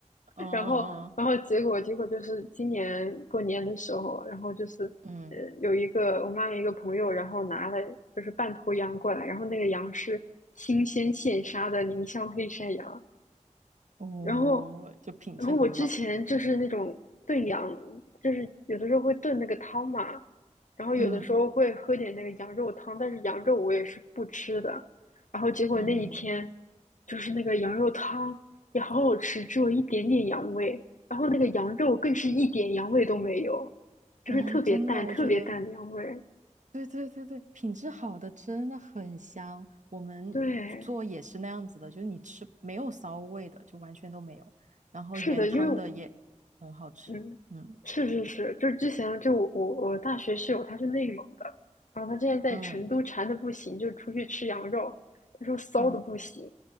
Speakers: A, on the right (about 75°); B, on the left (about 80°).
A: 嗯
B: 然后，
A: 嗯
B: 然后结果结果就是今年过年的时候，然后就是呃有一个我妈有一个朋友，
A: 嗯，嗯
B: 然后拿了就是半头羊过来，然后那个羊是新鲜现杀的宁乡黑山羊，
A: 哦，
B: 然后，
A: 就品质很好。
B: 然后我之前就是那种炖羊，就是有的时候会炖那个汤嘛，然后有的时候会喝点那个羊肉汤，
A: 嗯
B: 但是羊肉我也是不吃的。然后结果那一天，
A: 嗯，
B: 就是那个羊肉汤也好好吃，只有一点点羊味，然后那个羊肉更是一点羊味都没有，就是特别淡、
A: 嗯哦，真的，我觉得。
B: 特别淡的羊味。
A: 对对对对，品质好的真的很香。我们做也是那样子的，
B: 对，
A: 就是你吃没有骚味的，就完全都没有。然后原汤的也很好吃，
B: 是的，因为我嗯，
A: 嗯
B: 是是是，就是之前就我我我大学室友他是内蒙的，然后他之前在成都馋的不行，
A: 嗯
B: 就出去吃羊肉，他说骚的不行，
A: 嗯，